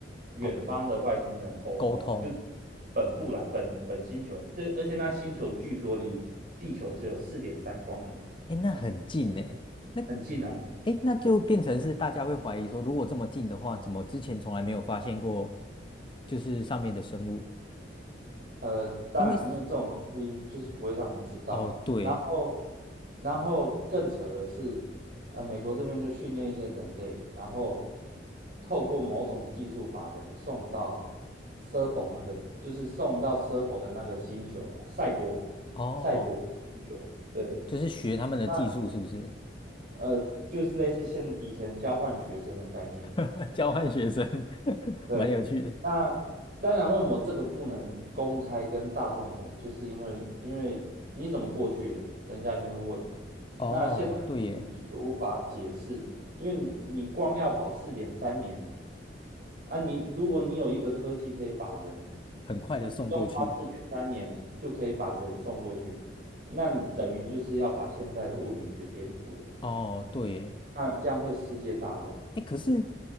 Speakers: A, on the right; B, on the left.
A: 远方的外星人沟通，
B: 哦，沟通，
A: 就本部啦，本本星球，这而且那星球据说离地球只有四点三光年，
B: 哎，那很近哎。那
A: 很近啊。
B: 哎，那就变成是大家会怀疑说，如果这么近的话，怎么之前从来没有发现过，就是上面的生物？
A: 呃，当然，
B: 因为
A: 因为这种东西就是不会让你知道了。
B: 哦，对，
A: 然后，然后更扯的是，呃，美国这边就训练一些人类，然后透过某种技术把人送到 Serpo 那个，就是送到 Serpo 的那个星球了，赛博
B: 哦，
A: 赛博星球。对，
B: 就是学他们的技术，
A: 那
B: 是不是？
A: 呃，就是类似现以前交换学生的概念。
B: <laughs> 交换学生，<laughs>
A: 对，
B: 蛮有趣的。
A: 那当然，为什么这个不能公开跟大众讲？就是因为，因为你怎么过去的，人家一定会问嘛。
B: 哦，
A: 那现在理学无法解释了，
B: 对耶，
A: 因为你你光要跑四点三年呢。啊你，如果你有一个科技可以把人
B: 很快的送过去。
A: 不用花四点三年就可以把人送过去，那你等于就是要把现在的物理学颠覆了嘛？
B: 哦，对耶，
A: 那这样会世界大乱。
B: 哎，可是